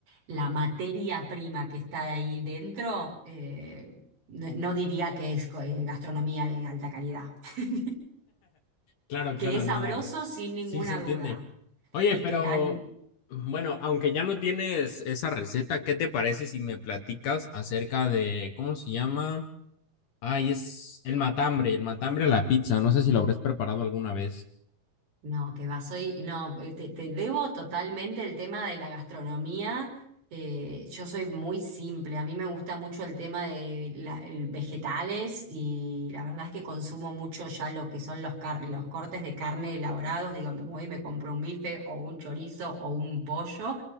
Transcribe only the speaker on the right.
la materia prima que está ahí dentro, eh, no, no diría que es co- eh, gastronomía de alta calidad. <laughs>
Que es
sabroso sin ninguna
duda
y
que han
No, que va, soy, no, eh, te, te debo totalmente el tema de la gastronomía. Eh, yo soy muy simple, a mí me gusta mucho el tema de la- el vegetales y la verdad es que consumo mucho ya lo que son los, car- los cortes de carne elaborados. Digo, me voy y me compro un bife o un chorizo o un pollo